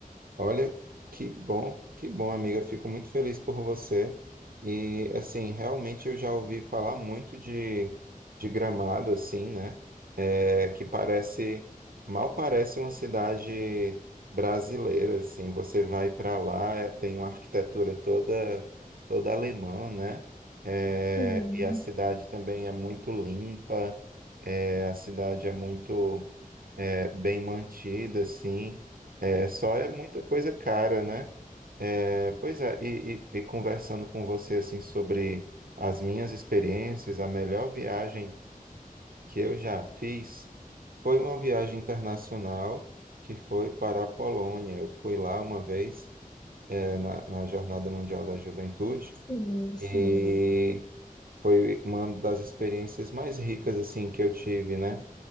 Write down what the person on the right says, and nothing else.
Olha, que bom, que bom, amiga. Fico muito feliz por você. E, assim, realmente eu já ouvi falar muito de, de Gramado, assim, né? É, que parece, mal parece uma cidade brasileira, assim. Você vai para lá, tem uma arquitetura toda, toda alemã, né? É,
e a cidade também é muito limpa, é, a cidade é muito. é, bem mantida, assim. É, só é muita coisa cara, né? É, pois é, e, e- e conversando com você, assim, sobre as minhas experiências, a melhor viagem que eu já fiz foi uma viagem internacional que foi para a Polônia. Eu fui lá uma vez, é, na, na Jornada Mundial da Juventude
e foi uma das experiências mais ricas assim que eu tive, né?